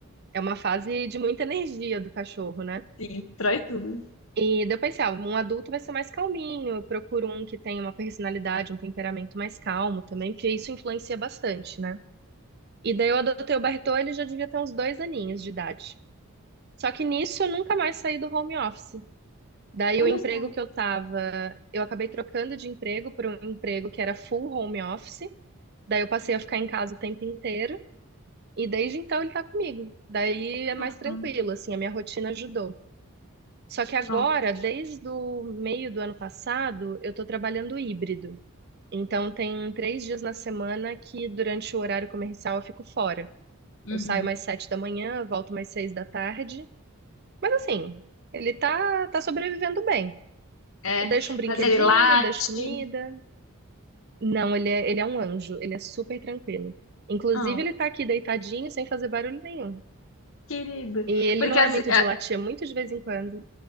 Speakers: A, on the right; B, on the left.
A: é uma fase de muita energia do cachorro, né?
B: Sim, destrói tudo.
A: E daí eu pensei, ah, um adulto vai ser mais calminho, eu procuro um que tenha uma personalidade, um temperamento mais calmo também, porque isso influencia bastante, né? E daí eu adotei o Bartô, ele já devia ter uns dois aninhos de idade. Só que nisso eu nunca mais saí do home office. Daí
B: Olha
A: o emprego
B: só.
A: que eu tava, eu acabei trocando de emprego por um emprego que era full home office. Daí eu passei a ficar em casa o tempo inteiro. E desde então ele tá comigo. Daí é mais
B: Uhum.
A: tranquilo, assim, a minha rotina ajudou. Só que agora,
B: Nossa.
A: desde o meio do ano passado, eu estou trabalhando híbrido. Então, tem três dias na semana que, durante o horário comercial, eu fico fora.
B: Uhum.
A: Eu saio mais sete da manhã, volto mais seis da tarde. Mas, assim, ele tá, tá sobrevivendo bem.
B: É,
A: Eu deixo um brinquedinho,
B: mas ele late.
A: deixo comida. Não, ele é, ele é um anjo, ele é super tranquilo. Inclusive,
B: Ah,
A: ele tá aqui deitadinho, sem fazer barulho nenhum.
B: querido.
A: E ele
B: Porque
A: não
B: as-
A: é muito de latir, é muito de vez em quando.